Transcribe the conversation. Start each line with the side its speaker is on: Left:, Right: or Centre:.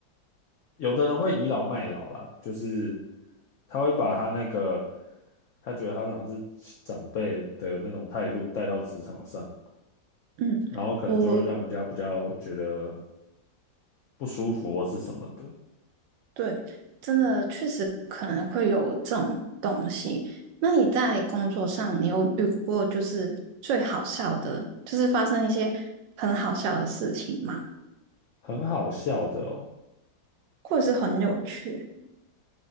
Left: 有的人会倚老卖老啦，就是他会把他那个他觉得他好像是长辈的那种态度带到职场上，
Right: 嗯。
Left: 然后可能就会让人家比较觉得
Right: 我
Left: 不舒服或是什么的，
Right: 对，真的确实可能会有这种东西。那你在工作上，你有遇过就是最好笑的，就是发生一些很好笑的事情吗？
Left: 很好笑的哦。
Right: 或者是很有趣？